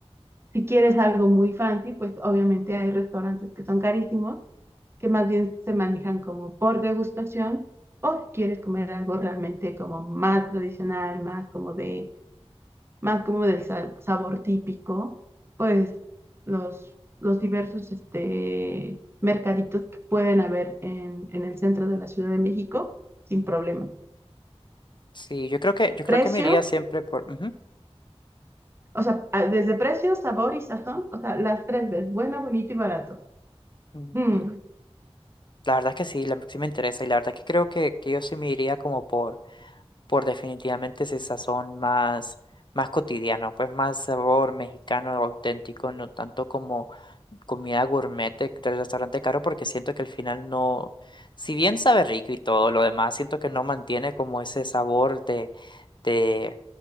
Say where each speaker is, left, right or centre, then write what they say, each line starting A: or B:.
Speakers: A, on the right (about 25°); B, on the left (about 45°).
A: si quieres algo muy fancy, pues obviamente hay restaurantes que son carísimos, que más bien se manejan como por degustación, o si quieres comer algo realmente como más tradicional, más como de más como del sa- sabor típico, pues los, los diversos este, mercaditos que pueden haber en, en el centro de la Ciudad de México, sin problema.
B: Sí, yo creo que, yo creo
A: Precio,
B: que me iría siempre por... ujú,
A: o sea, a- desde precio, sabor y sazón, o sea, las tres veces, bueno, bonito y barato.
B: ujú.
A: Mm,
B: La verdad es que sí, la, sí me interesa y la verdad es que creo que, que yo sí me iría como por, por definitivamente ese sazón más, más cotidiano, pues más sabor mexicano auténtico, no tanto como comida gourmet de- del restaurante caro porque siento que al final no, si bien sabe rico y todo lo demás, siento que no mantiene como ese sabor de, de